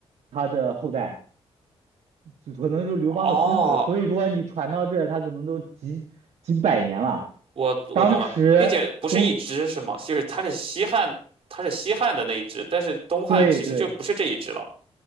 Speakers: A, on the right; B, on the right.
A: 他的后代，就可能就是刘邦的孙子，
B: 哦
A: 所以说你传到这儿，他可能都几几百年了。
B: 我我懂了，
A: 当时中，
B: 并且不是一只是吗？就是它是西汉，它是西汉的那一只，但是东汉其实就不是这一只了。
A: 对对，